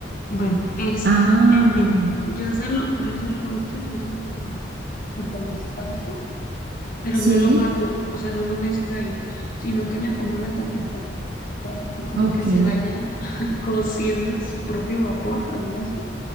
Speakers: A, on the left; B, on the right.
A: bueno, es,
B: Ah,
A: en fin, yo se lo, yo se lo echo, yo se lo, se lo esparzo pero
B: sí,
A: no lo bato, o sea, no lo mezclo ahí, sino que le pongo la tapita para que como
B: ok.
A: que se vaya <laughs> cociendo en su propio vapor, algo así,